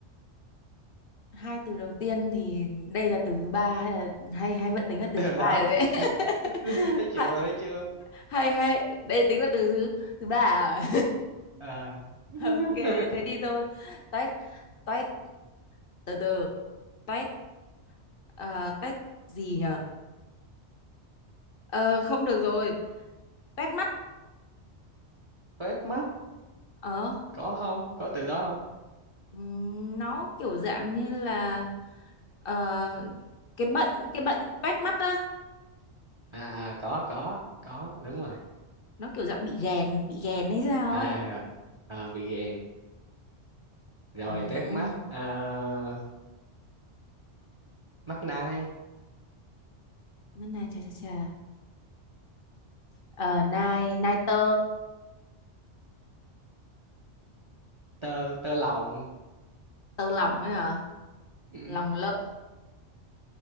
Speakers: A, on the left; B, on the right.
A: hai từ đầu tiên thì đây là từ thứ ba hay là hay hay vẫn tính là
B: <laughs>
A: từ thứ
B: đó
A: hai rồi đấy <laughs>
B: thấy chưa
A: hay
B: thấy chưa
A: hay hay đây tính là từ thứ thứ ba à?
B: à
A: <laughs>
B: <laughs>
A: ok thế thì thôi toét toét từ từ toét ờ, toét gì nhở Ờ, không được rồi toét mắt
B: Toét mắt
A: ờ
B: có không có từ đó không
A: ừm, nó kiểu dạng như là ờ, cái bệnh cái bệnh toét mắt á
B: à à có có có đúng rồi
A: nó kiểu dạng bị ghèn bị ghèn hay sao
B: à
A: ấy
B: rồi à, bị gèn rồi
A: Ừm,
B: tét mắt à, mắt nai
A: mắt này chà chà chà Ờ, nai nai tơ
B: tơ tơ lòng
A: tơ lòng ấy hả
B: ừ,
A: lòng lợn